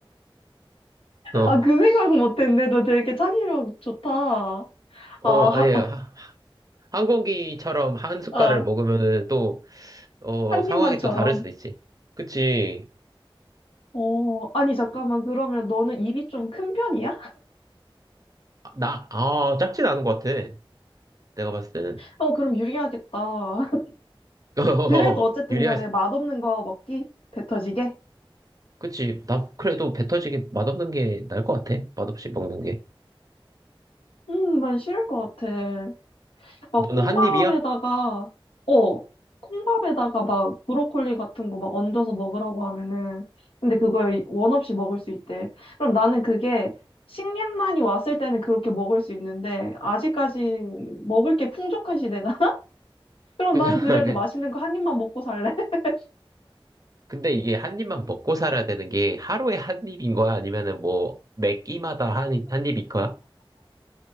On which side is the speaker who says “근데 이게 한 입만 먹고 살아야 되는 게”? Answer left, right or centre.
Right